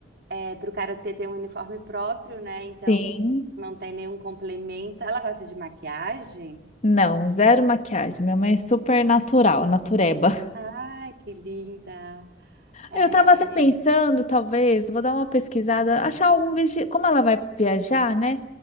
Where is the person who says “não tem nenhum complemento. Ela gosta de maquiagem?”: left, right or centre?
Right